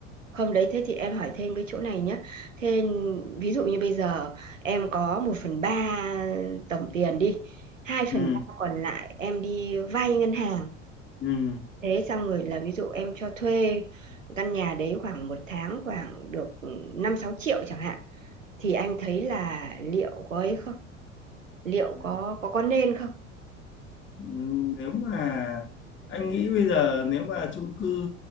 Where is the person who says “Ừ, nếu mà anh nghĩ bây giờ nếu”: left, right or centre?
Left